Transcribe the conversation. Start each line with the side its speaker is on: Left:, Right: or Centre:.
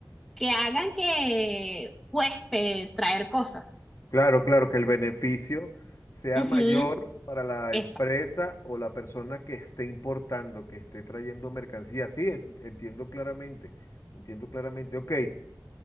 Centre: que hagan que cueste traer cosas.
Left: Claro, claro, que el beneficio sea
Centre: Ujú,
Left: mayor para la
Centre: exacto.
Left: empresa o la persona que esté importando, que esté trayendo mercancía. Sí, es- entiendo claramente, entiendo claramente. Ok,